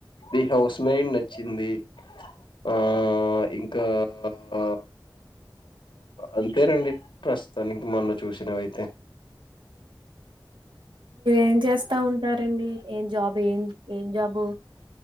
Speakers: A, on the left (about 85°); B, on the right (about 80°).
A: ఇ హౌస్ మెన్ నచ్చింది, ఆ ఇంకా ఆ అంతేనండి ప్రస్తుతానికి మొన్న చూసినవయితే
B: ఏం చేస్తా ఉంటారు అండి ఏం జాబ్ ఏం జాబ్